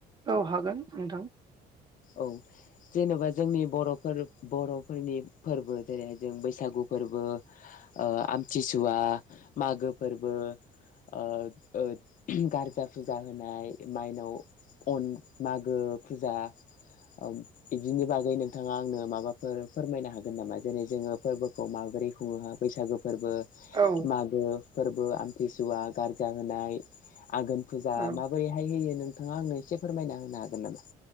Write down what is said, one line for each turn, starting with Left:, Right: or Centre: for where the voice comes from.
Right: औ हागोन नोंथां।
Left: औ जेने'बा जोंनि बर'फोर -बर'फोरनि फोरबो जेरैहाय जों बैसागु फोरबो, आमथिसुवा, मागो फोरबो, ओ गारजा फुजा होनाय माइनाव न- मागो फुजा बिदिनि बागै नोंथाङा आंनो माबाफोर फोरमायनो हागोन नामा जेरै जोङो फोरबोखौ <unintelligible> माबोरै खुङो हा बैसागो फोरबो
Right: औ
Left: मागो फोरबो आमथिसुवा, गारजा होनाय आघोन फुजा
Right: औ
Left: माबोरैहाय होयो नों नोंथाङा आंनो एसे फोरमायना होनो हागोन नामा?